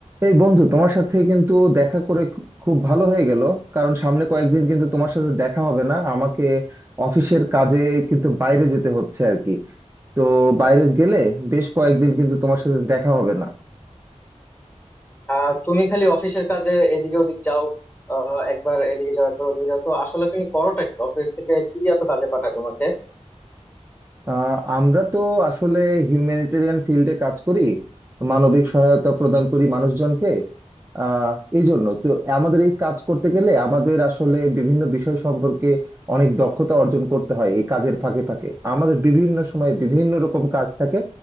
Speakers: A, on the right (about 20°); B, on the left (about 15°).
A: এই বন্ধু তোমার সাথে কিন্তু দেখা করে খু- খুব ভালো হয়ে গেল কারণ সামনে কয়েকদিন কিন্তু তোমার সাথে দেখা হবে না আমাকে অফিসের কাজে কিন্তু বাইরে যেতে হচ্ছে আর কি তো বাইরে গেলে বেশ কয়েকদিন কিন্তু তোমার সাথে দেখা হবে না
B: আহ তুমি খালি অফিসের কাজে এদিকে ওদিক যাও আহ একবার এদিকে যাও একবার ওদিকে যাও তো আসলে তুমি করোটা কি অফিস থেকে কি এত কাজে পাঠায় তোমাকে
A: আহ, আমরা তো আসলে হিউম্যানিটেরিয়ান ফিল্ডে কাজ করি মানবিক সহায়তা প্রদান করি মানুষজনকে আহ এই জন্য তো আমাদের এই কাজ করতে গেলে আমাদের আসলে বিভিন্ন বিষয় সম্পর্কে অনেক দক্ষতা অর্জন করতে হয় এই কাজের ফাঁকে ফাঁকে আমাদের বিভিন্ন সময় বিভিন্ন রকম কাজ থাকে